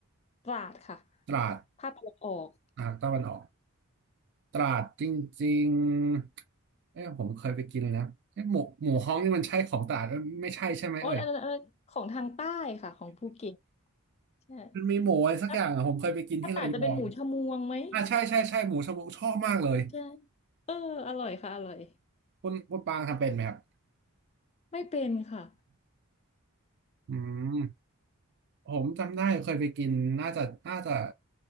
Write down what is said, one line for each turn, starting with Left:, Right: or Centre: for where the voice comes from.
Left: ตราดค่ะ
Right: ตราด
Left: ภาคตะวันออก
Right: อ่าตะวันออกตราดจริงๆเอผมเคยไปกินแล้วเอ๊ะหมูหมูฮ้องนี่มันใช่ของตราดเอ้ยไม่ใช่ใช่ไหมเอ่ย
Left: อ๋ออันนั้นอันนั้นของทางใต้ค่ะของภูเก็ตใช่
Right: มันมีหมูอะไรสักอย่างอะผมเคยไปกินที่ระยอง
Left: ถ้าถ้าตราดจะเป็นหมูชะมวงไหม
Right: อ่าใช่ใช่ใช่หมูชะมวชอบมากเลย
Left: ใช่เอออร่อยค่ะอร่อย
Right: คุณคุณปางทำเป็นไหมครับ
Left: ไม่เป็นค่ะ
Right: อืมผมจำได้เคยไปกินน่าจะน่าจะ